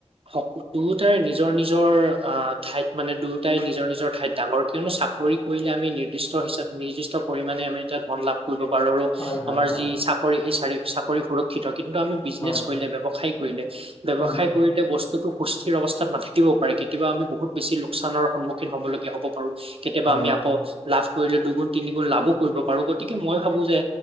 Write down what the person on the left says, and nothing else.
হয় হয়
হয়
হয়
হয়
হয়